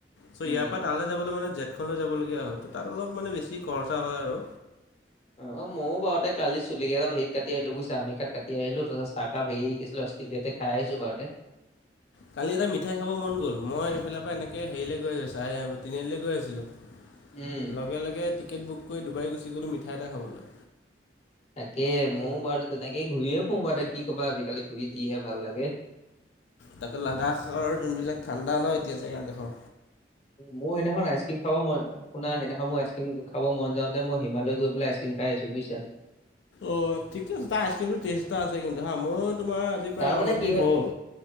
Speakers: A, on the left; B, on the left.
A: তো
B: উম
A: ইয়াৰ পৰা তালৈ যাবলৈ মানে জেট লৈ যাবলগীয়া হয়, ত তাত অলপ মানে বেছি খৰচা হয় আৰু
B: অ ময়ো বাৰুতে কালি চুলি কেইডাল হেৰিত কাটি আহিলো বুইছা, আমেৰীকাত কাটি আহিলো তাৰছত চাহ কাপ হেৰি কি আছিলে অচ তেলিয়াতে খাই আহিছোঁ বাৰতে।
A: কালি এটা মিঠাই খাব মন গ'ল, মই সেইফালৰ পা এনেকে হেৰিলৈ গৈ আছোঁ তিনিআলিলে গৈ আছিলোঁ
B: উম
A: লগে-লগে টিকেট বুক কৰি ডুবাই গুচি গ'লোঁ মিঠাই এটা খাবলৈ।
B: তাকে ময়ও বাৰু তেনেকে ঘূৰিয়ে ফুও বা এতা কি ক'বা আজিকালি ঘূৰি যিহে ভাল লাগে।
A: তাতে লাডাখৰ যোনবিলাক ঠাণ্ডা ন এতিয়া জেগাডখৰ।
B: মোৰ সেইদিনাখন আইচক্ৰীম খাব মন যা শুনা সেইদিনাখন মো আইচক্ৰীম খাব মন যাওঁতে মই হিমালয় গৈ পেলাই আইচক্ৰীম খাই আহিছো বুইছা।
A: অ' ঠিকে আছে, তাৰ আইচক্ৰীমটো টেষ্ট এটা আছে কিন্তু হা ময়ো তোমাৰ আজি প্ৰায়
B: তাৰমানে
A: অলপ
B: কি
A: দিন
B: হয়
A: হ'ল